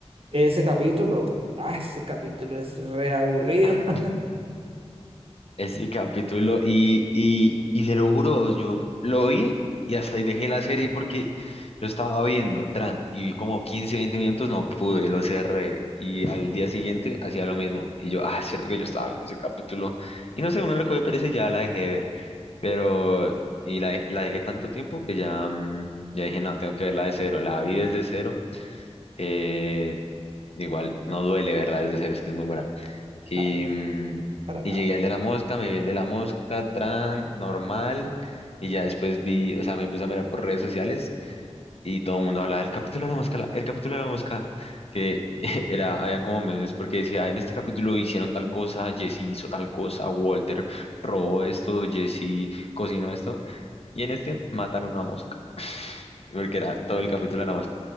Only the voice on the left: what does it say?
Ajá.
ese capítulo y, y, y se lo juro, yo lo vi y hasta ahí dejé la serie porque lo estaba viendo, tran, y vi como 15 20 minutos, no pude, lo cerré y al día siguiente hacía lo mismo. Y yo, ah, es cierto que yo estaba viendo ese capítulo y no sé, uno le cogió pereza y ya la dejé de ver, pero y la, la dejé tanto tiempo que ya, mm, ya dije, no, tengo que verla de cero, la vi desde cero, eh, igual no duele verla desde cero, es que es muy buena. Y,
mm,
y llegué al de la mosca, me vi el de la mosca, tran, normal. Y ya después vi, o sea, me puse a mirar por redes sociales y todo el mundo hablaba del capítulo de la mosca, la- el capítulo de la mosca, que <laughs> era, habían como memes porque decía, en este capítulo hicieron tal cosa, Jesse hizo tal cosa, Walter robó esto, Jesse cocinó esto, y en este matan a una mosca porque era todo el capítulo de la mosca.